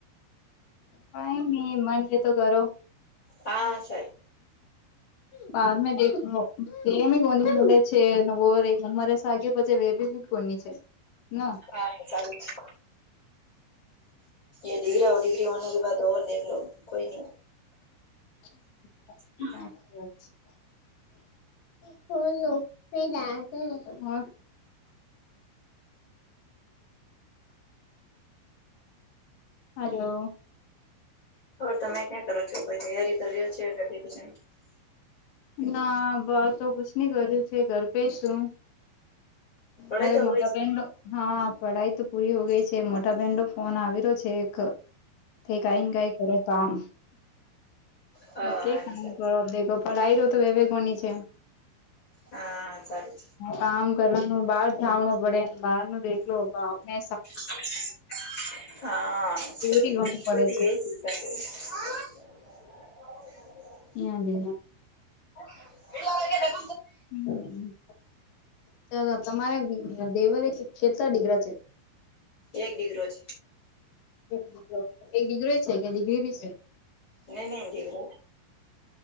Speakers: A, on the left (about 65°); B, on the left (about 25°).
A: કઈ નહી મન છેતો કરો
B: હા સ
A: હ બદ મે દેખ એમી કોનીલે છે વર ઉંમરે સાાગે પછી બી કોની છે ના
B: હા સારું છે એ ડિગ્ર હો ડિગ્રી હો કે બા દેખલો કોઈ ન
A: હમ
B: હમ
A: હ શ ડ મણ હલોલો
B: હર તમે ક્યાં કરો છો કોઈ તૈયારી કર્યો છે ક પછ
A: ના બસ તો કુછ નની કર્યું છે ઘર પે શું
B: પઢાઈ
A: હરે
B: તો
A: મોટાબું
B: હો ગઈ છે
A: હા પઢાઈ તો પૂરી હો ગઈ છે, મોટા બેન નો ફોન આવી રહ્યો છે એક તે કઈ કઈ કરો કામ
B: હા
A: કે કામ
B: સર
A: કર પઢાઈ ર તો વેવે કોની છે.
B: હા સારું
A: કામ કરવાનું બહાર જાવણું પડે બહાર ન દેખલો બાપને
B: હાી એ
A: દૂરી ઘણું પડે
B: હ
A: એયા દે
B: એ
A: હમ ચ તમારે દેવરે ખેતલા ડીગરા છે.
B: એક દિગ રોજ
A: એક દીકરો એક ડિગ્રી કે ડિગ્રી બી છે.
B: નને દીર